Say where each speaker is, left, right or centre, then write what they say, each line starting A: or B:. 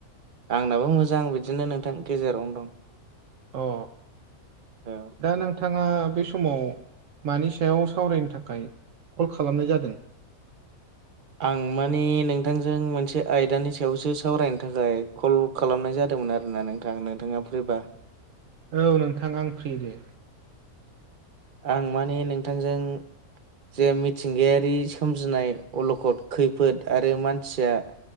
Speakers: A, on the right; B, on the right.
A: आंनाबो मोजां बिदिनो नोंथां गेजेरावनो दं
B: औ
A: औ
B: दा नोंथाङा बे समाव मानि सायाव सावरायनो थाखाय कल खालामनाय जादों
A: आं माने नोंथांजों मोनसे आयदानि सायावसो सावरायनो थाखाय कल खालामनाय जादोंमोन आरोना नोंथां नोंथाङा फ्रिबा
B: औ नोंथां आं फ्रि दे
A: आं माने नोंथांजों जे मिथिंगायारि सोमजिनाय अलखद खैफोद आरो मानसिया